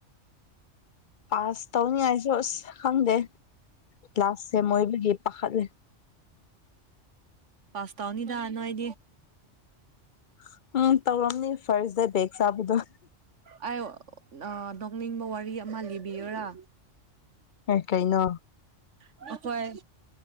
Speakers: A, on the left; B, on the right.
A: ꯄꯥꯁ ꯇꯧꯅꯤꯉꯥꯏꯁꯨ ꯑꯁ ꯈꯪꯗꯦ ꯀ꯭ꯂꯥꯁ ꯁꯦꯝ ꯑꯣꯏꯕꯒꯤ ꯄꯥꯈꯠꯂꯦ
B: ꯄꯥꯁ ꯇꯧꯅꯤꯗ ꯅꯣꯏꯗꯤ
A: <inaudible> ꯎꯝ ꯇꯧꯔꯝꯅꯤ ꯐꯥꯔꯁ ꯗ ꯕꯦꯛ ꯆꯥꯕꯗꯣ
B: ꯑꯩ ꯅꯣꯛꯅꯤꯡꯕ ꯋꯥꯔꯤ ꯑꯃ ꯂꯤꯕꯤꯌꯔꯥ
A: ꯀꯩꯅꯣ
B: ꯑꯩꯈꯣꯏ